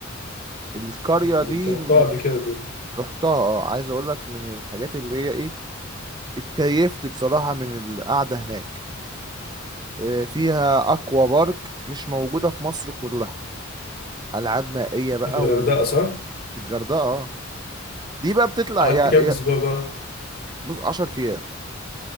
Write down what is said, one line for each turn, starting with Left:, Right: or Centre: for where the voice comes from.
Right: القرية
Left: مم.
Right: دي
Left: انت رحتها
Right: م-
Left: قبل كده دي
Right: رحتها اه عايز اقول لك من الحاجات اللي هي ايه اتكيفت بصراحة من القعدة هناك آه، فيها اكوا بارك مش موجودة في مصر كلها العاب مائية بقى
Left: في الغردقة
Right: وفي
Left: صح؟
Right: الغردقة اه دي بقى بتطلع
Left: قعدت
Right: يا
Left: كام
Right: يا
Left: اسبوع بقى؟
Right: بص 10 ايام